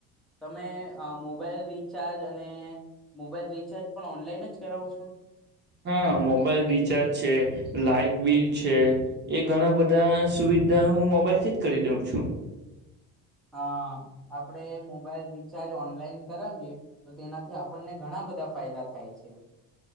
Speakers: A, in the centre; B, on the right (about 35°).
A: તમે મોબાઈલ રિચાર્જ અને મોબાઈલ રિચાર્જ પણ ઓનલાઈન જ કરાવો છો.
B: હા મોબાઈલ રિચાર્જ છે, લાાઈટ બિલ છે, એ ઘણા બધા સુવિધા હું, મોબાઈલથી જ કરી દઉં છું.
A: હા આપડે મોબાઈલ રિચાર્જ ઓનલાઈન કરાવીએ તો તેનાથી આપણને ઘણા બધા ફાયદા થાય છે.